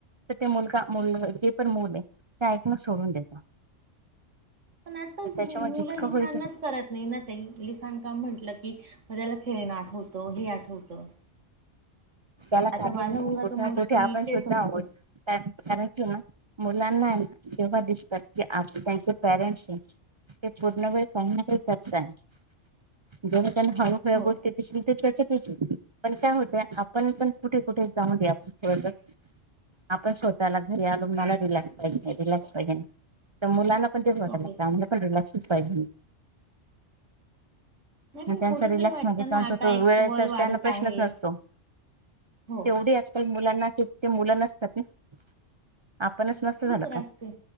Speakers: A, on the right (about 45°); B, on the right (about 80°).
A: तर ते मुलगा, मुल जे पण मुल आहे ते ऐकणं सोडून देत.
B: पण आजकाल सग
A: त्याच्यामुळे
B: मुलं
A: जितकं
B: लिखाणच
A: होईल
B: करत नाही ना, ताई लिखाण का म्हटलं की म त्याला खेळण आठवतं हे आठवतं
A: त्याला
B: आता
A: कारणीभूत
B: माझा मुलगा
A: कुठे
B: तर मोस्टली
A: ना कुठे आपण
B: तेच
A: सुद्धा
B: असतं
A: आहोत, कारण कि मुलांना ना जेव्हा दिसतात की आप त्यांचे पेरेंट्स ते पूर्ण वेळ <unintelligible> त्यांना हळूहळ्या
B: हो
A: बोलते <unintelligible> पण काय होते? आपण पण कुठे कुठे जाऊ द्यायच <unintelligible> आपण स्वतःला घरी आलो मला रिलक्स पाहिजे, रिलॅक्स पाहिजे तर मुलाला <unintelligible>
B: ऑब्विसली
A: पण रिलॅक्सच पाहिजे
B: नाही पण
A: त्यांचा
B: कुठेतरी
A: रिलॅक्स
B: वाटतं
A: म्हणजे, त्या
B: ना आता
A: तो
B: एक
A: वेळेचा
B: वय वाढत
A: त्यांना प्रश्नच
B: आहे
A: नसतो.
B: हो
A: तेवढी अक्कल मुलांना की ते मुलांनाच <unintelligible> आपणच नसतो
B: ती
A: झालं
B: तर
A: का?
B: असते